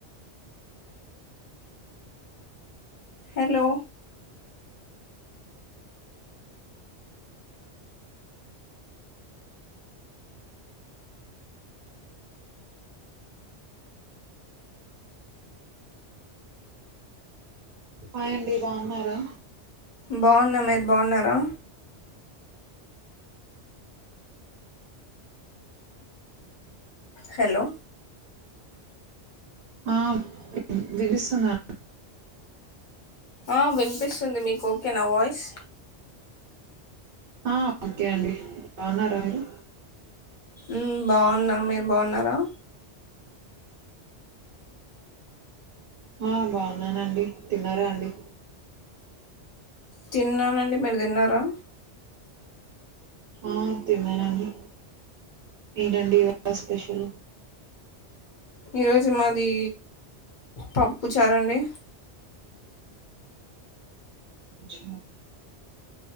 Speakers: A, on the left; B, on the right.
A: హలో
B: హాయి అండి బాగున్నారా
A: బాగున్న మీరు బాగున్నారా హలో
B: ఆ విభిస్తున్నా
A: ఆ వినిపిస్తుంది మీకు ఓకే నా వాయిస్
B: ఆ ఓకే అండి బావున్నారా మీరు
A: ఉమ్ బాగున్న మీరు బాగున్నారా
B: ఆ బాగున్నానండి తిన్నారా అండి
A: తిన్నానండి మీరు తిన్నారా
B: ఆ తిన్నానండి ఏంటండి. స్పెషల్
A: ఈరోజు మాది పప్పు చారంండి
B: జీ